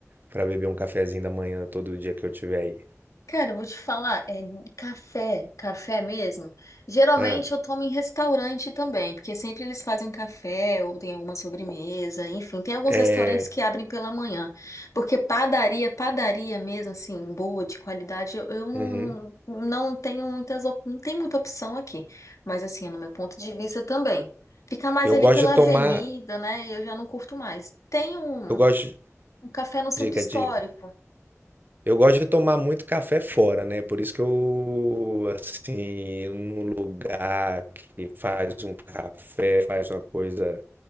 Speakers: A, on the right; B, on the left.
A: pra beber um cafezinho da manhã todo dia que eu tiver aí?
B: Cara, eu vou te falar, é café, café mesmo. Geralmente
A: Ah,
B: eu tomo em restaurante também, porque sempre eles fazem um café ou tem alguma sobremesa, enfim, tem alguns
A: é,
B: restaurantes que abrem pela manhã. Porque padaria, padaria mesmo, assim, boa, de qualidade, eu, eu não,
A: uhum.
B: não tenho muitas, op- não tem muita opção aqui. Mas assim, é no meu ponto de vista também. Ficar mais
A: Eu
B: ali
A: gosto
B: pela
A: de tomar.
B: avenida, né? Eu já não curto mais. Tem um,
A: Eu gosto. de-
B: um café no centro
A: Diga,
B: histórico.
A: diga. Eu gosto de tomar muito café fora, né? Por isso que eu, assim, num lugar que faz um café, faz uma coisa